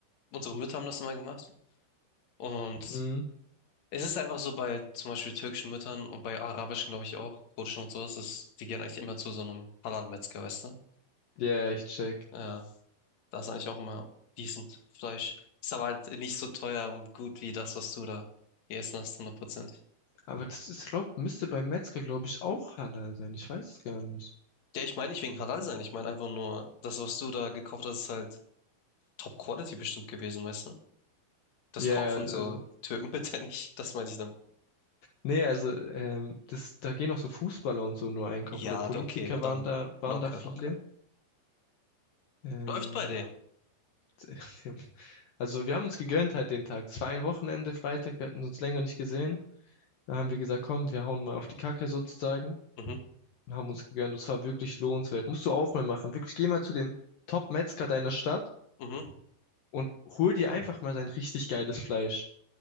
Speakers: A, on the left; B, on the left.
A: unsere Mütter haben das immer gemacht. Und
B: Mhm.
A: es ist einfach so bei zum Beispiel türkischen Müttern und bei arabischen, glaube ich, auch, kurdischen und sowas, ist, die gehen eigentlich immer zu so einem Halal-Metzger, weißt du?
B: Ja, ich check.
A: Ja, da ist eigentlich auch immer decent Fleisch. Ist aber halt nicht so teuer und gut wie das, was du da gegessen hast, hundertprozentig.
B: Aber das ist, glaub, müsste beim Metzger, glaube ich, auch Halal sein. Ich weiß es gar nicht.
A: Ja, ich meine nicht wegen Halal sein. Ich meine einfach nur, das, was du da gekauft hast, ist halt Top-Quality bestimmt gewesen, weißt du? Das
B: Ja,
A: kaufen
B: also,
A: so Türken <laughs> bitte nicht. Das meinte ich dann.
B: nee, also, ähm, das, da gehen auch so Fußballer und so nur einkaufen.
A: Ja,
B: Oder Politiker
A: okay, ja, dann
B: waren da, waren
A: locker,
B: da viele.
A: locker.
B: Ähm,
A: Läuft bei dem.
B: <laughs> Also wir haben uns gegönnt halt den Tag. Es war ein Wochenende, Freitag, wir hatten uns länger nicht gesehen. Da haben wir gesagt, komm, wir hauen mal auf die Kacke sozusagen
A: Mhm,
B: und haben uns gegönnt. Es war wirklich lohnenswert. Musst du auch mal machen. Wirklich, geh mal zu dem Top-Metzger deiner Stadt
A: mhm.
B: und hol dir einfach mal sein richtig geiles Fleisch.